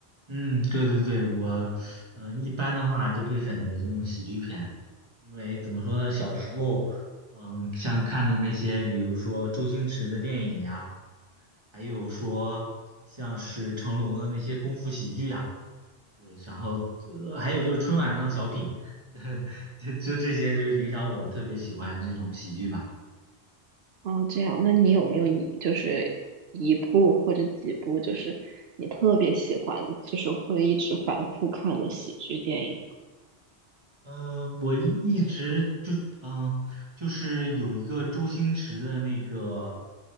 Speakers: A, on the right; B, on the right.
A: 嗯，对对对，我嗯、呃一般的话就会选择这种喜剧片，因为怎么说呢，小时候嗯像看的那些，比如说周星驰的电影呀。还有说像是成龙的那些功夫喜剧呀、对，然后呃，还有就是春晚上的小品，<laughs> 就就这些，就是影响我特别喜欢这种喜剧吧。
B: 哦，这样，那你有没有一就是一部或者几部，就是你特别喜欢，就是会一直反复看的喜剧电影？
A: 嗯、我一一直就嗯、呃就是有一个周星驰的那个